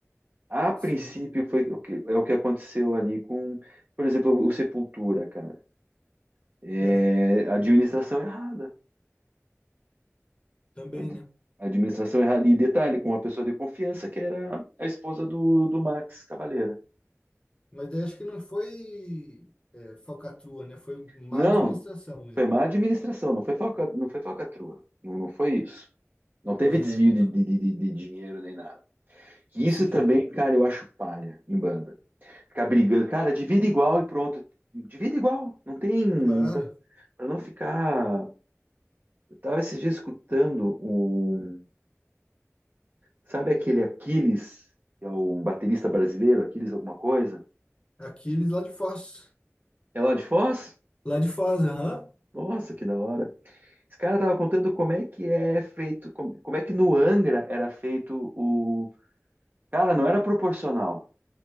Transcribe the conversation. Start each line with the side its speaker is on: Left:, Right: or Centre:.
Right: A princípio
Left: Sim,
Right: foi o que, é o que aconteceu ali com, por exemplo, o Sepultura, cara. É,
Left: é,
Right: administração errada.
Left: também,
Right: Ad-
Left: né?
Right: Administração errada. E detalhe, com uma pessoa de confiança, que era a esposa do, do Max Cavaleira.
Left: Mas daí acho que não foi é, falcatrua, né? Foi má
Right: Não,
Left: administração mesmo.
Right: Foi má administração, não foi falca, não foi falcatrua. Não, não foi isso. Não teve
Left: Aham.
Right: desvio de, de, de, de de dinheiro nem nada. Que
Left: Sim.
Right: isso também, cara, eu acho palha em banda. Ficar brigando, cara, divide igual e pronto. Divide igual, não tem.
Left: Claro.
Right: Pra não ficar. Eu tava esses dias escutando o. Sabe aquele Aquiles, que é um baterista brasileiro, Aquiles alguma coisa?
Left: Aqueles lá de Foz.
Right: É lá de Foz?
Left: Lá de Foz, aham.
Right: Nossa, que da hora. Esse cara tava contando como é que é feito, como, como é que no Angra era feito o Cara, não era proporcional.